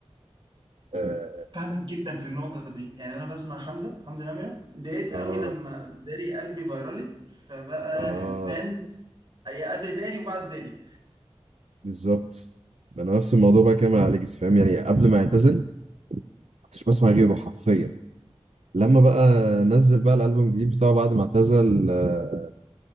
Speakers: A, on the right; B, on the right.
A: اه
B: فاهمك جدا في النقطة دي يعني أنا بسمع حمزة حمزة نمرة اتضايقت قوي
A: اه,
B: لما داري قلبي فيرالت فبقى
A: آه.
B: الفانز أي قبل داري وبعد داري
A: بالظبط انا نفس الموضوع بقى كده مع ليجاسي فاهم يعني قبل ما يعتزل كنتش بسمع غيره حرفيا لما بقى نزل بقى الالبوم الجديد بتاعه بعد ما اعتزل آه،